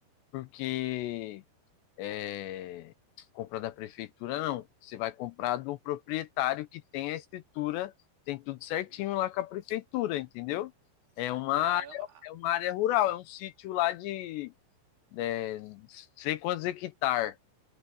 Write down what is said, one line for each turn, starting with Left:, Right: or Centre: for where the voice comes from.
Left: porque é, compra da prefeitura não. Você vai comprar do proprietário que tem a escritura, tem tudo certinho
Right: Hum,
Left: lá com a prefeitura, entendeu? É uma
Right: caramba,
Left: área,
Right: ah,
Left: é uma área rural, é um sítio lá de é, sei quantos hectares.